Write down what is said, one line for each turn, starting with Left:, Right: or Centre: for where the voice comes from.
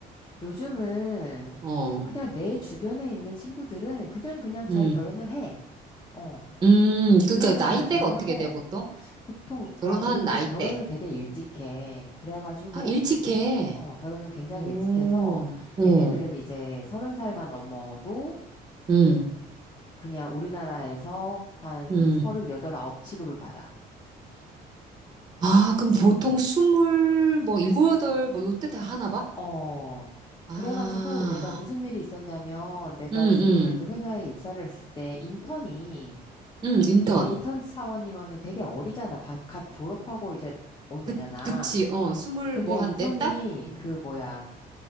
Left: 요즘은
Right: 어,
Left: 그냥 내 주변에 있는 친구들은 그냥 그냥 잘
Right: 음,
Left: 결혼을 해. 어,
Right: 음, 그러니까
Left: 그냥 그냥
Right: 나이대가
Left: 잘 결혼하고.
Right: 어떻게 돼, 보통?
Left: 보통, 거,
Right: 결혼한
Left: 그리고
Right: 나이대.
Left: 결혼을 되게 일찍 해. 그래가지고,
Right: 아, 일찍 해.
Left: 어, 결혼을 굉장히
Right: 오,
Left: 일찍 해서
Right: 어,
Left: 얘네들은 이제 서른 살만 넘어도
Right: 음,
Left: 그냥 우리나라에서 한
Right: 음.
Left: 서른 여덟 아홉 취급을 받아.
Right: 아, 그럼 보통
Left: 어.
Right: 스물, 뭐, 일곱, 여덟, 뭐, 요때 다 하나 봐?
Left: 어,
Right: 아,
Left: 그래가지고 내가 무슨 일이 있었냐면 내가
Right: 음,
Left: 중국의
Right: 음,
Left: 그 회사에 입사를 했을 때 인턴이,
Right: 음, 인턴.
Left: 인, 인턴 사원이면은 되게 어리잖아. 바- 갓 졸업하고 이제 온
Right: 그,
Left: 애잖아.
Right: 그치, 어, 스물,
Left: 근데
Right: 뭐, 한,
Left: 인턴이
Right: 넷 땄? 음.
Left: 그 뭐야,